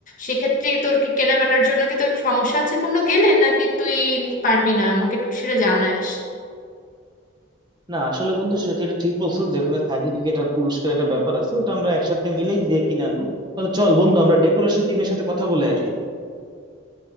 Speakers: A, on the left; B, on the right.
A: সেক্ষেত্রে তোর কি কেনাকাটার জন্য কি তোর সমস্যা আছে কোনো গেলে নাকি তুই পারবি না আমাকে একটু সেটা জানাস
B: না আসলে বন্ধু সেটা এটা ঠিক বলছো যে ওখানে সার্টিফিকেট আর পুরস্কার একটা ব্যাপার আছে ওটা আমরা একসাথে মিলেই যে কিনে আনবো তাহলে চল বন্ধু আমরা ডেকোরেশন টিমের সাথে কথা বলে আসি